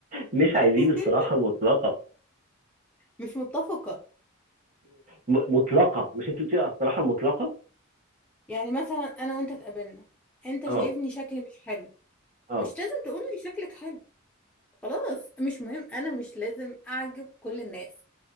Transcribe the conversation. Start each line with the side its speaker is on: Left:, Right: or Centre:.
Right: مش عايزين
Centre: <laughs>
Right: الصراحة المطلقة
Centre: مش متفقة
Right: م- مطلقة مش انت بتقولي الصراحة المطلقة
Centre: يعني مثلا أنا وأنت اتقابلنا أنت
Right: اه
Centre: شايفني شكلي مش حلو
Right: اه
Centre: مش لازم تقولي شكلك حلو خلاص مش مهم انا مش لازم اعجب كل الناس